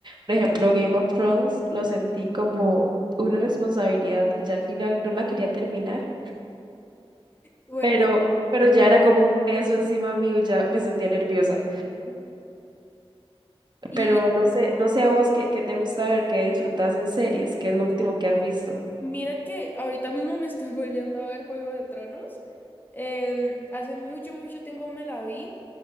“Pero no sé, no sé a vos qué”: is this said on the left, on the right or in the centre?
Right